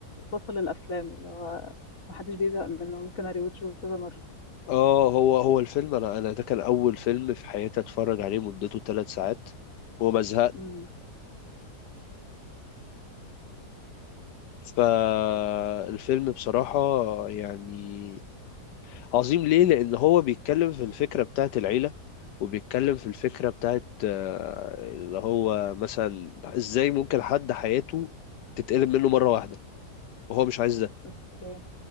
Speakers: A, on the left (about 55°); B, on the left (about 85°).
A: بطل الافلام اللي هو ما حدش بيزهق منه ممكن اريوتشه كذا مره
B: اه هو هو الفيلم انا انا ده كان اول فيلم في حياتي اتفرج عليه مدته ثلاث ساعات وما زهقت
A: امم
B: فالفيلم بصراحة يعني عظيم ليه لان هو بيتكلم في الفكرة بتاعت العيلة وبيتكلم في الفكرة بتاعت آه، اللي هو مثلا ازاي ممكن حد حياته تتقلب منه مرة واحدة وهو مش عايز ده
A: اوكي